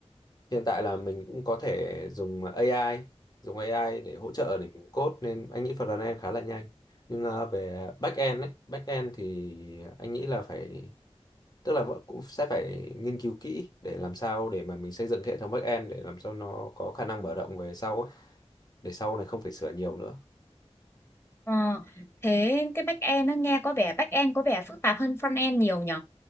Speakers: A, on the left (about 40°); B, on the left (about 20°).
A: hiện tại là mình cũng có thể dùng AI dùng AI để hỗ trợ để mình code nên anh nghĩ front end khá là nhanh nhưng à, về back end ấy, back end thì anh nghĩ là phải tức là vẫn cũng sẽ phải nghiên cứu kỹ để làm sao để mà mình xây dựng cái hệ thống back end để làm sao nó có khả năng mở rộng về sau ấy, để sau này không phải sửa nhiều nữa
B: Ờ, thế cái back end nó nghe có vẻ back end có vẻ phức tạp hơn front end nhiều nhỉ?